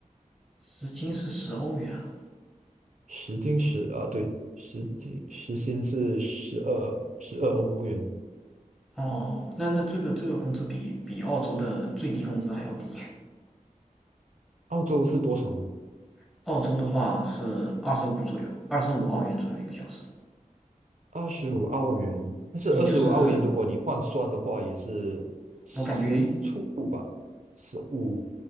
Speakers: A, in the centre; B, on the right.
A: 时薪是十欧元啊，
B: 时薪十啊，对，时薪时薪是十二十二欧元，
A: 哦，那那这个这个工资比比澳洲的最低工资还要低。
B: 澳洲是多少呢？
A: <laughs> 澳洲的话是二十五左右，二十五澳元左右一个小时，
B: 二十五澳元，但是二十五澳元，
A: 也就是
B: 如果你换算的话，也是十处吧，
A: 我感觉
B: 十五